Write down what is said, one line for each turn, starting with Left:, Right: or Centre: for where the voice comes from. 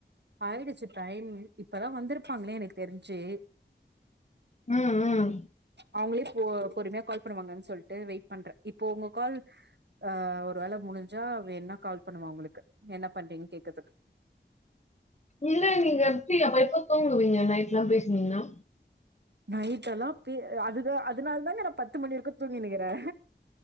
Right: ஆயிடுச்சு டைம் இப்பதா வந்திருப்பாங்களே எனக்கு தெரிஞ்சு
Left: ம் ம்
Right: அவுங்ளே போ பொறும்யா கால் பண்ணுவாங்கன் சொல்ட்டு வெயிட் பண்ற இப்போ உங்க கால் ஆ ஒரு வேல முடிஞ்சா வேண்ணா கால் பண்ணுவ அவுங்களுக்கு என்ன பண்றீங்ன் கேக்கற்துக்கு
Left: இல்ல நீங்க எப்டி அப்ப எப்ப தூங்குவீங்க நைட்லா பேசுனீங்குனா
Right: நைட் எல்லா பே அதுதா அதுனால் தாங்க நா பத்து மணி வரிக்கு தூங்கினிக்கிறே